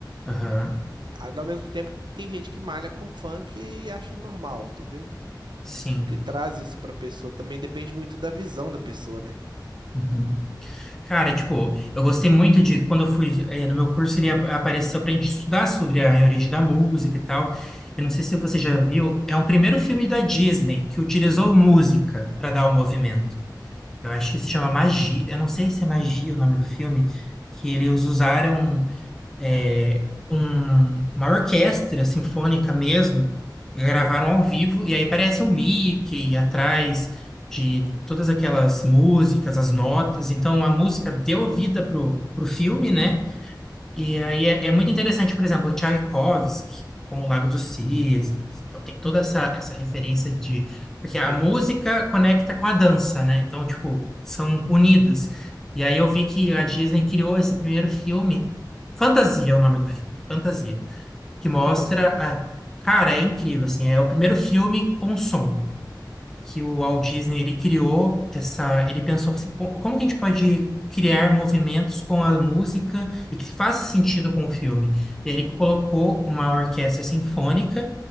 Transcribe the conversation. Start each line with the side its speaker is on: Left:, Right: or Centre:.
Centre: Aham.
Right: Ao ao mesmo tempo, tem gente que malha com funk e acha normal, entendeu?
Centre: Sim.
Right: Porque traz isso pra pessoa. Também depende muito da visão da pessoa, né?
Centre: Uhum. Cara, tipo, eu gostei muito de quando eu fui eh, no meu curso, ele ap- apareceu pra gente estudar sobre a origem da música e tal. Eu não sei se você já viu, é um primeiro filme da Disney que utilizou música para dar o movimento. Eu acho que se chama Magia. Eu não sei se é Magia o nome do filme, que eles usaram. é, um- uma orquestra sinfônica mesmo, gravaram ao vivo, e aí aparece o Mickey atrás de todas aquelas músicas, as notas, então a música deu vida pro, pro filme, né? E aí é, é muito interessante, por exemplo, o Tchaikovsky com o Lago dos Cisnes. Então tem toda essa, essa referência de... Porque
Right: Entendi.
Centre: a música conecta com a dança, né? Então, tipo, são unidas. E aí eu vi que a Disney criou esse primeiro filme, Fantasia é o nome do filme, Fantasia, que
Right: Nunca
Centre: mostra
Right: vi.
Centre: a... Cara, é incrível, assim, é o primeiro filme com som que o Walt Disney ele criou essa, ele pensou assim, "Co- como que a gente pode criar movimentos com a música e que faça sentido com o filme? E aí ele colocou uma orquestra sinfônica